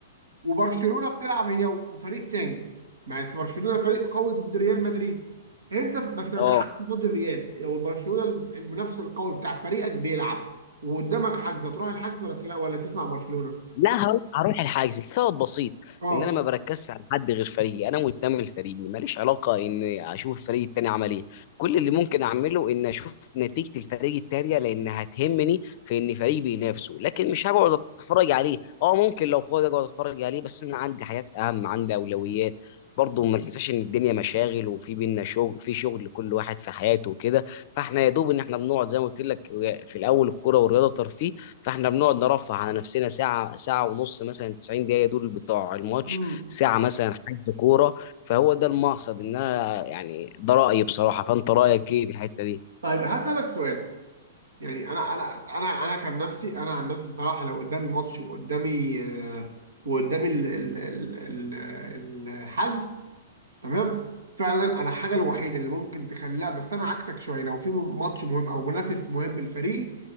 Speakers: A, on the right; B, on the left.
A: وبرشلونه بتلعب هي وفريق تاني ما بس برشلونه فريق قوي ضد ريال مدريد انت ف- بس ما
B: اه
A: بيلعبش ضد الريال او برشلونه المنافس القوي بتاع فريقك بيلعب وقدامك حجز هتروح الحجز ولا تلا ولا تسمع برشلونه
B: لا هروح هروح الحاجز لسبب بسيط
A: اه
B: ان انا ما بركزش على حد غير فريقي انا منتمي لفريقي ماليش علاقه ان اشوف الفريق التاني عمل ايه كل اللي ممكن اعمله ان اشوف نتيجه الفريق التانيه لان هتهمني في ان فريقي بينافسه لكن مش هقعد اتفرج عليه اه ممكن لو فاضي اقعد اتفرج عليه بس انا عندي حاجات اهم عندي اولويات برضه ما تنساش ان الدنيا مشاغل وفي بينا شغل في شغل لكل واحد في حياته وكده فاحنا يا دوب ان احنا بنقعد زي ما قلت لك في الاول الكوره والرياضه ترفيه فاحنا بنقعد نرفه على نفسنا ساعه ساعه ونص مثلا 90 دقيقه دول بتوع الماتش
A: مم.
B: ساعه مثلا حجز كوره فهو ده المقصد ان انا يعني ده رايي بصراحه فانت رايك ايه في الحته دي
A: طيب هسألك سؤال يعني انا انا انا انا كان نفسي انا عن نفسي صراحه لو قدامي ماتش وقدامي آه، وقدامي ال- ال- ال- ال- الحجز تمام فعلا انا الحاجه الوحيده اللي ممكن تخليها بس انا عكسك شويه لو في ماتش مهم او منافس مهم للفريق